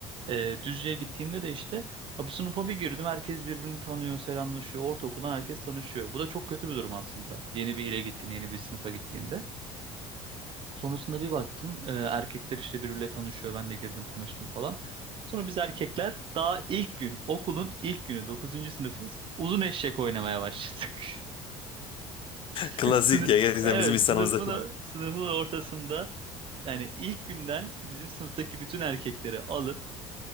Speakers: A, on the right; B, on the left.
A: Ee, Düzce'ye gittiğimde de işte ha, bu sınıfa bir girdim herkes birbirini tanıyor, selamlaşıyor. Ortaokuldan herkes tanışıyor. Bu da çok kötü bir durum aslında. Yeni bir ile gittiğin, yeni bir sınıfa gittiğinde. Sonrasında bir baktım e, erkekler işte birbiriyle tanışıyor. Ben de girdim tanıştım falan. Sonra biz erkekler daha ilk gün okulun ilk günü 9. sınıfız uzun eşek oynamaya başladık. <laughs> <laughs>
B: Klasik
A: Sınıf,
B: ya gerçekten
A: evet
B: bizim insanımızda
A: sınıfın sınıfın ortasında yani ilk günden bizim sınıftaki bütün erkekleri alıp